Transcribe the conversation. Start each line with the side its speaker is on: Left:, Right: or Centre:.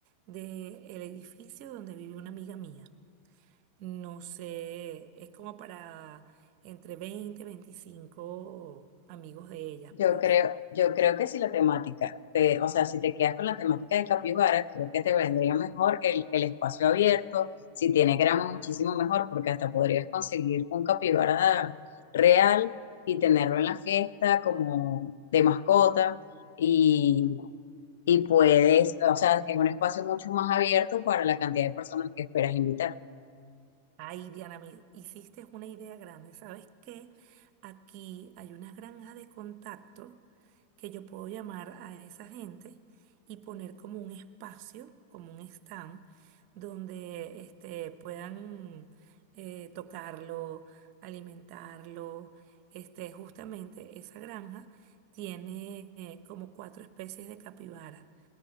Right: del edificio donde vive una amiga mía. No sé, es como para entre veinte veinticinco amigos de ellas,
Left: Yo
Right: pues.
Left: creo, yo creo que si la temática, te- o sea, si te quedas con la temática de Capibara, creo que te vendría mejor el, el espacio abierto, si tiene grama muchísimo mejor, porque hasta podrías conseguir un capibara real y tenerlo en la fiesta como de mascota y, y puedes, o sea, es un espacio mucho más abierto para la cantidad de personas que esperas invitar.
Right: Ay, Diana, me hiciste una idea grande. ¿Sabes qué? Aquí hay unas granjas de contacto que yo puedo llamar a esa gente y poner como un espacio, como un stand, donde este, puedan eh, tocarlo, alimentarlo. Este, justamente esa granja tiene eh, como cuatro especies de capibara.